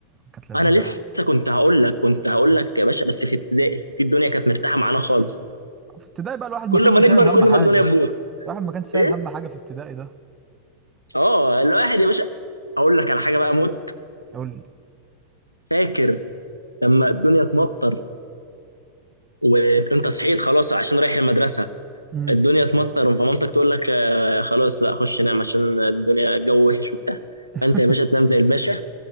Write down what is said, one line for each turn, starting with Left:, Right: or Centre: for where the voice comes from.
Right: كانت لذيذه
Left: انا لسه
Right: قوي
Left: كنت هقول لك كنت هقول لك يا باشا بس في ابتدائي دي الدنيا كانت مرتاحه معانا خالص
Right: في ابتدائي بقى الواحد ما
Left: كل
Right: كانش
Left: ما
Right: شايل
Left: نكبر
Right: هم
Left: كل
Right: حاجة
Left: ما الدنيا تبوظ
Right: الواحد ما كانش شايل
Left: ايه
Right: هم حاجة في ابتدائي ده
Left: اه الواحد يا باشا اقول لك على حاجه بقى موت
Right: قول لي
Left: فاكر لما الدنيا تمطر وانت صحيت خلاص عشان رايح المدرسه
Right: امم
Left: الدنيا تمطر فمامتك تقول لك آه، خلاص لا خش نام عشان الدنيا الجو وحش وبتاع
Right: <laughs>
Left: فانت يا باشا تنام زي الباشا